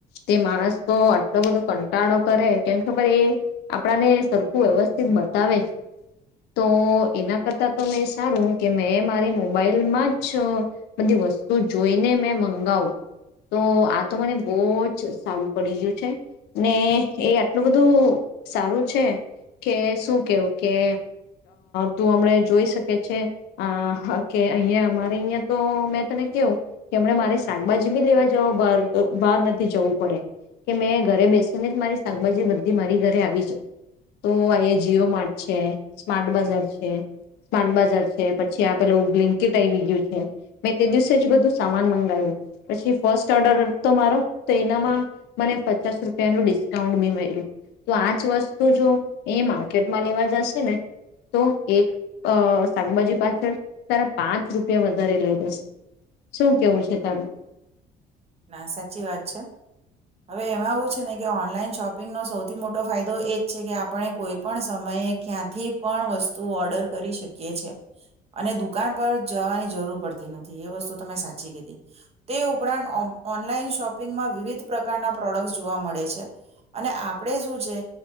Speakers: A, on the left; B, on the right.
A: તે માણસ તો આટલો બધો કંટાળો કરે કેમ ખબર એ આપડા ને સરખું વ્યવસ્થિત બતાવે છે, તો એના કરતાં તો મેં સારું કે મેં મારી મોબાઈલમાં જ બધી વસ્તુ જોઈને મેં મંગાવું તો આ તો મને બહુ જ સારું પડી ગયું છે ને એ આટલું બધું સારું છે. કે શું કેવું કે તું અહ હમણે જોઈ શકે છે અહ કે અહિયાં અમારે અહિયાં તો મેં તમે કવું કે હમ મારે શાકભાજી બી લેવા જાવ બાર બહાર નથી જવું પડે કે, મેં ઘરે બેસીને જ મારી શાકભાજી બધી મારી ઘરે આવી જાય. તો આ જીઓ માર્ટ છે, સ્માર્ટ બજાર છે, સ્માર્ટ બજાર છે, પછી આ પેલો બ્લીન્કેટ આવી ગયું છે. મેં તે દિવસે જ બધું સામાન મંગાવ્યું પછી ફર્સ્ટ ઓર્ડર તો મારો તો એનામાં મને પચાસ રૂપિયાનું ડિસ્કાઉન્ટ બી મળ્યું. તો આજ વસ તો જો એ માર્કેટમાં લેવા જશે ને તો એક અહ શાકભાજી પાછળ તારા પાંચ રૂપિયા વધારે લઈ દેશે. શું કેવું છે તારું?
B: ના સાચી વાત છે. હવે એમાં એવું છે ને કે ઓનલાઈન શોપિંગનો સૌથી મોટો ફાયદો એ જ છે કે આપણે કોઈ પણ સમયે ક્યાંથી પણ વસ્તુ ઓર્ડર કરી શકીએ છે. અને દુકાન પર જવાની જરૂર પડતી નથી એ વસ્તુ તમે સાચી કીધી તે ઉપરાંત ઓ ઓનલાઈન શોપ પિંગમાં વિવિધ પ્રકારના પ્રોડક્ટ્સ જોવા મળે છે. અને આપડે શું છે,